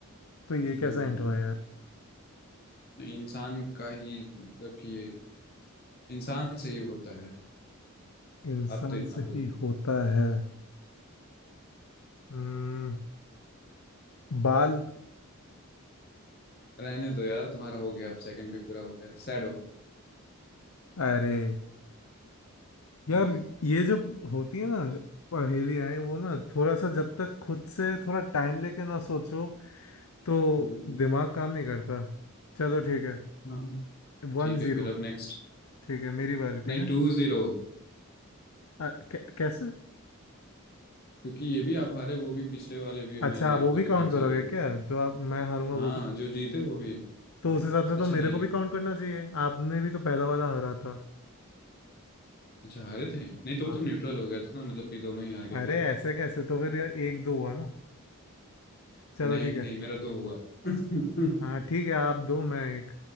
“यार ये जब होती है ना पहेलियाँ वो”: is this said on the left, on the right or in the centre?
Left